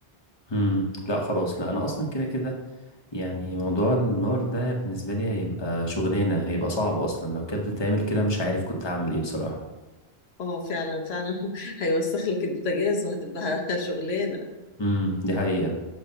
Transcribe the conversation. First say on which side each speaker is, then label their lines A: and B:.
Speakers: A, on the left; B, on the left.
A: امم لا خلاص لا انا اصلا كده كده يعني موضوع النار ده بالنسبه لي هيبقى شغلانه هيبقى صعب اصلا لو كانت بتتعمل كده مش عارف كنت هعمل ايه بصراحه
B: اه فعلا فعلا <laughs> هيوسخ لك البوتاجاز وهتبقى <laughs> شغلانة
A: امم دي حقيقه